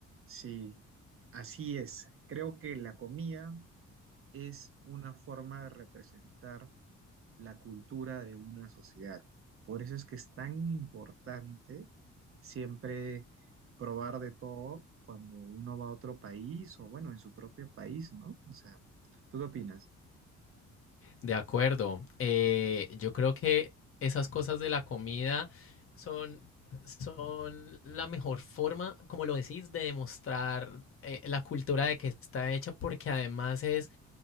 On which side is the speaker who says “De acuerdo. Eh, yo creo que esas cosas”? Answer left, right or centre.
Left